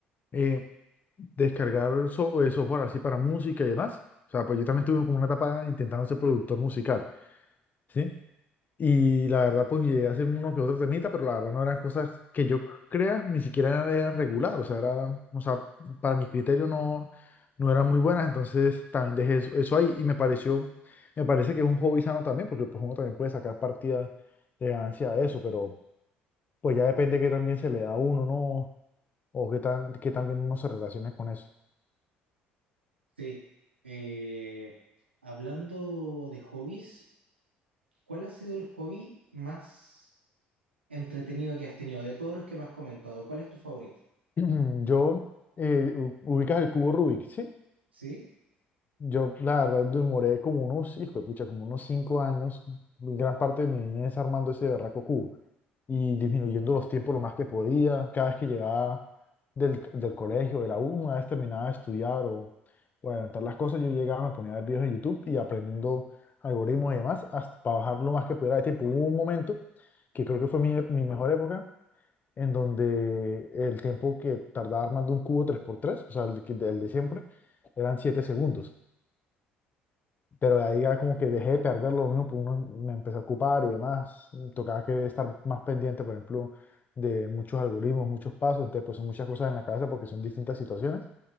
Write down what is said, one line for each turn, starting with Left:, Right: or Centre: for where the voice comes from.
Left: eh, descargar so- eh, software así para música y demás. O sea, pues yo también tuve como una etapa intentando ser productor musical, ¿sí? Y la verdad, pues llegué a hacer uno que otro temita, pero la verdad no eran cosas que yo crea, ni siquiera eran regular, o sea, era, o sea, para mi criterio no, no eran muy buenas, entonces también dejé eso, eso ahí y me pareció, me parece que es un hobby sano también, porque pues uno también puede sacar partida de ganancia de eso, pero pues ya depende que también se le da a uno, ¿no? O qué tan, qué tan bien uno se relacione con eso.
Right: Sí, eh, hablando de hobbies, ¿cuál ha sido el hobby más entretenido que has tenido? De todos los que me has comentado, ¿cuál es tu favorito?
Left: <clears throat> Yo, eh, u- ubicas el cubo Rubik, ¿sí?
Right: ¿Sí?
Left: Yo, la verdad, demoré como unos, hijo de pucha, como unos cinco años, gran parte de mi niñez armando ese berraco cubo y disminuyendo los tiempos lo más que podía. Cada vez que llegaba del, del colegio, de la U, una vez terminaba de estudiar o, o adelantar las cosas, yo llegaba, me ponía a ver videos de YouTube y aprendiendo algoritmos y demás, hasta para bajar lo más que pudiera de tiempo. Hubo un momento que creo que fue mi, mi mejor época, en donde el tiempo que tardaba armando un cubo tres por tres o sea, el, de- el de siempre, eran siete segundos pero ahí ya como que dejé de perderlo, uno, uno me empezó a ocupar y demás, tocaba que estar más pendiente, por ejemplo, de muchos algoritmos, muchos pasos, entonces pues son muchas cosas en la cabeza porque son distintas situaciones,